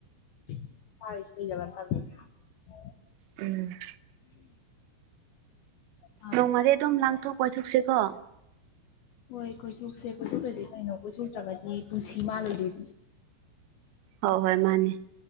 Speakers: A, on the left; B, on the right.
A: <inaudible>
B: ꯎꯝ
A: ꯎꯝ <inaudible>
B: ꯅꯣꯡꯃꯗꯤ ꯑꯗꯨꯝ ꯂꯥꯡꯊꯣꯛꯄ ꯆꯠꯊꯣꯛꯁꯤꯀꯣ
A: ꯍꯣꯏ ꯀꯣꯏꯊꯣꯛꯁꯦ ꯀꯣꯏꯊꯣꯛꯇꯗꯤ ꯀꯩꯅꯣ ꯀꯣꯏꯊꯣꯛꯇ꯭ꯔꯒꯗꯤ ꯄꯨꯟꯁꯤ ꯃꯥꯜꯂꯣꯏꯗꯣꯏꯅꯤ
B: ꯍꯣꯏ ꯍꯣꯏ ꯃꯥꯅꯦ